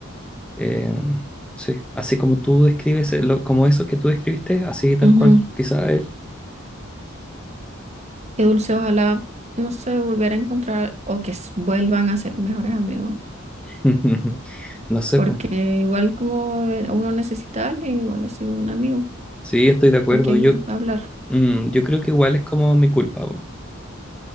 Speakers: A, in the centre; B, on the right (about 30°).
A: Eh, sí, así como tú describes, eh, lo- como eso que tú describiste, así tal
B: Ujú.
A: cual, quizá él.
B: Qué dulce, ojalá, no sé, volver a encontrar o que s- vuelvan a ser mejores amigos,
A: <laughs> No sé,
B: porque
A: pues.
B: igual como eh, uno necesita a alguien, igual así un amigo
A: Sí, estoy de acuerdo.
B: con quien
A: Yo,
B: hablar.
A: mm, yo creo que igual es como mi culpa, po.